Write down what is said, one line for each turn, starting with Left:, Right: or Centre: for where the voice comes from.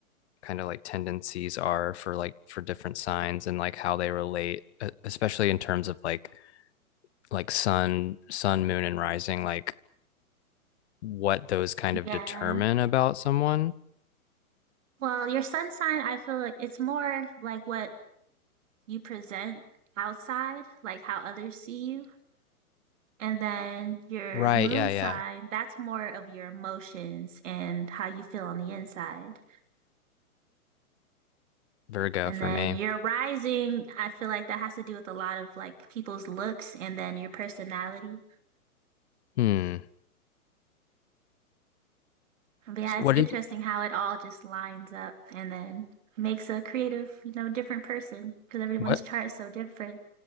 Left: kind of like tendencies are for like for different signs and like how they relate, e- especially in terms of like like sun sun moon and rising, like what those kind of
Right: Yeah.
Left: determine about someone.
Right: Well, your sun sign, I feel like it's more like what you present outside, like how others see you. And then your
Left: Right,
Right: moon
Left: yeah,
Right: sign,
Left: yeah.
Right: that's more of your emotions and how you feel on the inside.
Left: Virgo
Right: And
Left: for
Right: then
Left: me.
Right: your rising, I feel like that has to do with a lot of like people's looks and then your personality.
Left: Hmm.
Right: But yeah,
Left: S- What
Right: it's interesting
Left: did
Right: how it all just lines up and then makes a creative, you know, different person because everyone's
Left: what
Right: chart is so different.